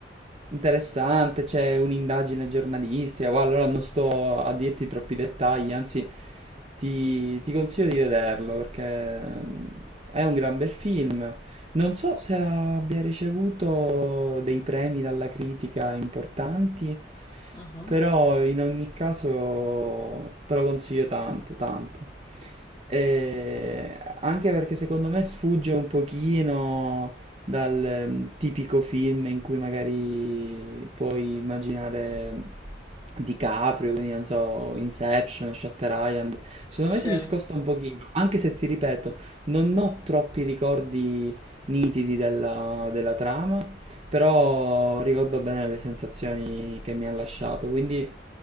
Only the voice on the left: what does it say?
Mhm,
Sì,
ma